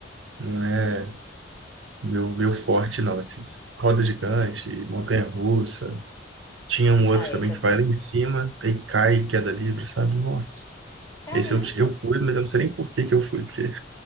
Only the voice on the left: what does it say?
Ah, é,
essas.
Caramba!